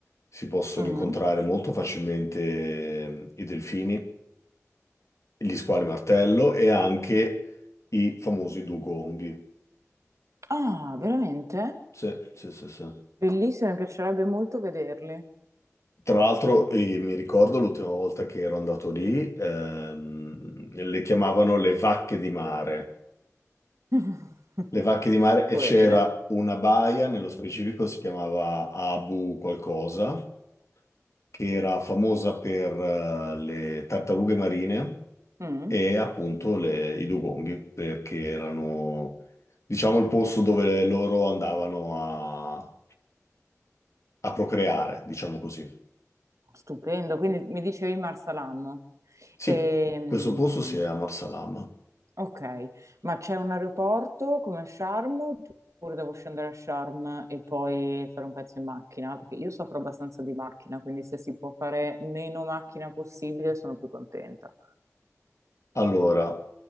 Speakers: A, on the left (about 65°); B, on the right (about 70°).
A: si possono
B: Mhm.
A: incontrare molto facilmente eh, i delfini, gli squali martello e anche i famosi dugonghi.
B: Ah, veramente?
A: Sì, sì, sì, sì.
B: Bellissimo, mi piacerebbe molto vederli.
A: Tra l'altro, eh, mi ricordo l'ultima volta che ero andato lì, ehm, le chiamavano le vacche di mare.
B: <laughs>
A: Le vacche di mare, e
B: Poverine.
A: c'era una baia, nello specifico si chiamava Abu qualcosa, che era famosa per, eh, le tartarughe marine
B: Mm,
A: e appunto le- i dugonghi, perché erano, diciamo, il posto dove loro andavano a, a procreare, diciamo così.
B: stupendo, quindi mi dicevi Marsalam.
A: Sì,
B: Ehm,
A: questo posto si è a Marsalam.
B: ok, ma c'è un aeroporto come a Sharm oppure devo scendere a Sharm e poi fare un pezzo in macchina? Perché io soffro abbastanza di macchina, quindi se si può fare meno macchina possibile sono più contenta.
A: Allora,